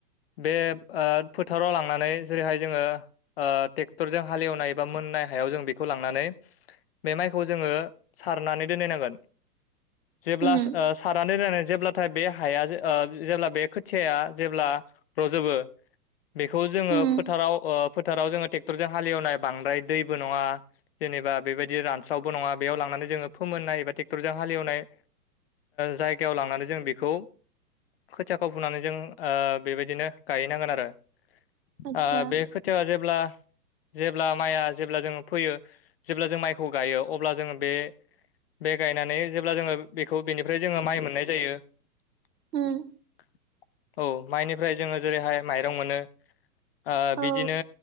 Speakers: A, on the left; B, on the right.
A: बे आ फोथाराव लांनानै जेरैहाय जोङो ओ ट्रेक्टरजों हालेवनाय एबा मोननाय हायाव जों बेखौ लांनानै बे माइखौ जोङो सारनानै दोननांगोन जेब्ला
B: होम
A: सार आन्दाय जनानै जेब्लाथाय बे हाया जेब्ला बे खोथियाया जेब्ला रजोबो बेखौ जोङो
B: होम
A: फोथाराव ओ फोथाराव जोङो ट्रेक्टरजों हालेवनाय बांद्राय दैबो नङा जेनेबा बेबायदि रानस्रावबो नङा बेयाव लांनानै जोङो फोमोननाय एबा ट्रेक्टरजों हालेवनाय जायगायाव लांनानै जों बेखौ खोथियाखौ बुनानै जों ओ बेबायदिनो गायैनांगोन आरो आ
B: आदसा
A: बे खो जोङो जेब्ला जेब्ला माइया जेब्ला जोङो फोयो जेब्ला जों माइखौ गायो अब्ला जोङो बे बे गायनानै जेब्ला जोङो बेखौ बेनिफ्राय जोङो माइ मोननाय जायो <inaudible>
B: होम
A: औ माइनिफ्राय जोङो जेरैहाय माइरं मोनो ओ
B: औ
A: बिदिनो